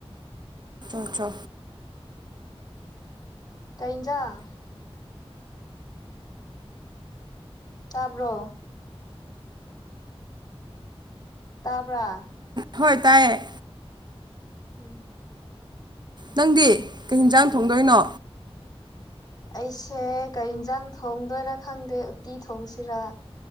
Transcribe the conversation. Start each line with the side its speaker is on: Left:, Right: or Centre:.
Right: ꯆꯣ ꯆꯣ
Left: ꯀꯩ ꯏꯟꯖꯥꯡ ꯇꯥꯕ꯭ꯔꯣ ꯇꯥꯕ꯭ꯔꯥ
Right: ꯍꯣꯏ ꯇꯥꯏꯌꯦ
Left: ꯎꯝ
Right: ꯅꯪꯗꯤ ꯀꯩ ꯍꯤꯟꯖꯥꯡ ꯊꯣꯡꯗꯣꯏꯅꯣ
Left: ꯑꯩꯁꯦ ꯀꯩ ꯏꯟꯖꯥꯡ ꯊꯣꯡꯗꯣꯏꯔꯥ ꯈꯪꯗꯦ ꯎꯇꯤ ꯊꯣꯡꯁꯤꯔꯥ